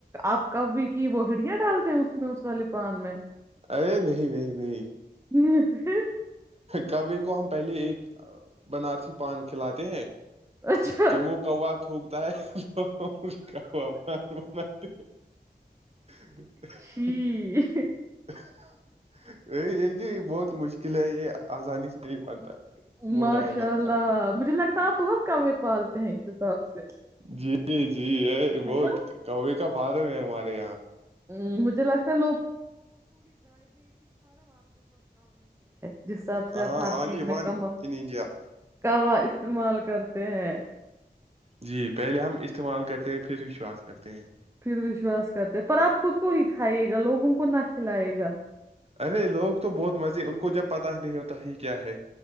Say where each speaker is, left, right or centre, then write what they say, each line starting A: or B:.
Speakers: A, on the right; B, on the right.
A: اپ کوے کی بوریاں ڈال اس میں اس والے پان میں
B: ارے نہیں نہیں نہیں
A: <unintelligible>
B: کبی کو ہم پہلے ایک بنارسی پان کھلاتے ہیں
A: اچھا
B: جب وہ کوات ہوگی <unintelligible>
A: چھی
B: <unintelligible> <unintelligible> ل یہ آسانی سے نہیں بنتا ب
A: ماشاء
B: ٹائم لگتا
A: اللہ
B: ہے
A: مجھے لگتا ہے آپ بہت کوے پالتے ہیں اس حساب سے
B: جی جی یہ بہت
A: ہے نا
B: کوے کا فارم ہے ہمارے <unintelligible>
A: <unintelligible> ہے جس حساب سے
B: ہاں
A: آپ ہر
B: آلی
A: چیز میں
B: ون
A: کم
B: ان انڈیا
A: کا استعمال کرتے ہیں
B: جی پہلے ہم استعمال کرتے ہیں پھر شواس کرتے ہیں
A: پھر وشواس کرتے پر آپ خود کو ہی کھائیے گا لوگوں کو نہ کھلائے گا
B: ارے لوگ تو بہت مزے ان کو جب پتا ہی نہیں ہوتا ہی کیا ہے